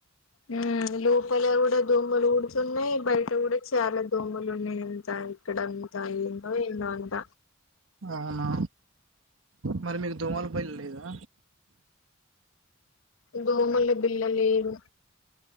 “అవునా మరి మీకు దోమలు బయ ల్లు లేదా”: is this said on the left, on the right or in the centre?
Right